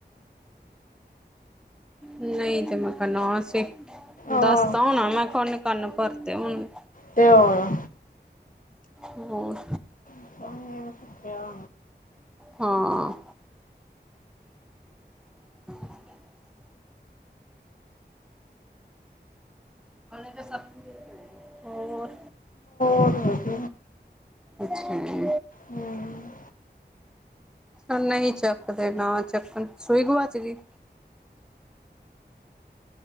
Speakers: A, in the centre; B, on the left (about 50°).
A: ਨਹੀਂ ਤੇ ਮੈਂ ਕਿਹਾ ਨਾ ਸੀ।
B: ਆਹ
A: ਦੱਸਤਾ ਹੋਣਾ ਮੈਂ <inaudible> ਕੰਨ ਭਰਤੇ ਹੋਣੇ।
B: ਤੇ ਹੋਰ।
A: ਹੋਰ।
B: <unintelligible>
A: ਹਾਂ। <unintelligible> ਹਲੇ ਤਾਂ ਸਭ <unintelligible> ਹੋਰ।
B: ਹਮ- ਹਮ।
A: ਅੱਛਾ ਜੀ।
B: ਹਮ
A: ਨਹੀਂ ਚੱਕਦੇ ਨਾ ਚੱਕਣ। ਸੂਈ ਗਆਚ ਗਈ?